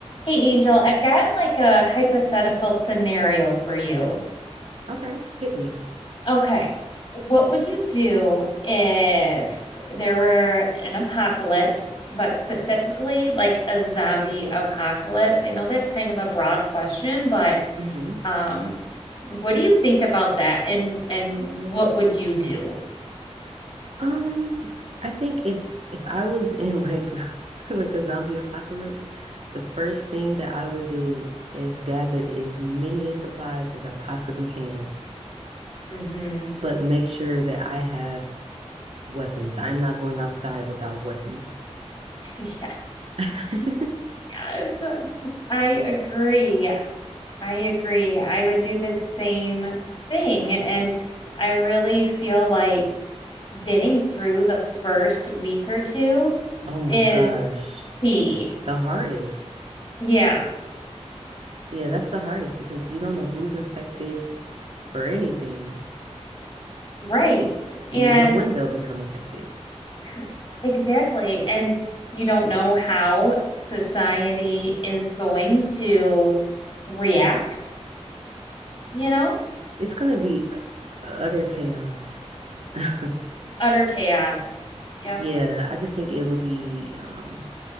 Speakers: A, on the left; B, on the right.
A: Hey, Angel, I've got like a hypothetical scenario for you.
B: Okay, hit me.
A: Okay. What would you do if there were an apocalypse, but specifically like a zombie apocalypse? I know that's kind of a broad question, but
B: hmm
A: um, what do you think about that and and what would you do?
B: Um, I think if if I was in like <laughs> like a zombie apocalypse, the first thing that I would do is gather as many supplies as I possibly can,
A: Mm-hmm.
B: but make sure that I have weapons. I'm not going outside without weapons.
A: <laughs> Yes.
B: <laughs>
A: Yes, I agree. I agree. I would do the same thing. And I really feel like getting through the first week or two
B: Oh my
A: is
B: gosh,
A: key.
B: the hardest.
A: Yeah,
B: Yeah, that's the hardest because you don't know who's infected or anything.
A: right.
B: You
A: And
B: don't know when they'll become affected.
A: <laughs> exactly. And you don't know how society is going to react, you know?
B: It's gonna be u- utter chaos. <laughs> I
A: Utter chaos. Yep.
B: yeah, I just think it would be um